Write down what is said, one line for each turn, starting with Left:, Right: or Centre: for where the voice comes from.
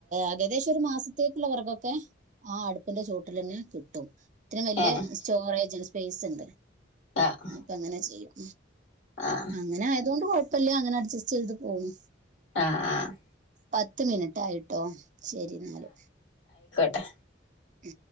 Right: എകദേശം ഒരു മാസത്തേക്കുള്ളവെറകൊക്കെ ആ അടുപ്പിന്റെ ചോട്ടിലന്നെ കിട്ടും. ഇത്രേം വെല്ല്യ
Left: ഏഹ്
Right: സ്റ്റോറേജാണ്. പേയ്സ്ണ്ട്.
Left: ആഹ്
Right: അപ്പ അങ്ങനെ ചെയ്യും.
Left: ആഹ്
Right: അങ്ങനായതുകൊണ്ട് കൊഴപ് പ്പല്ല അങ്ങനെ അഡ്ജസ്റ്റ് ചെയ്ത് പോകു
Left: ആ ആ
Right: പത്ത് മിനിറ്റ് ആയിട്ടോ ശരി എന്നല്
Left: ട്ടെ
Right: മ്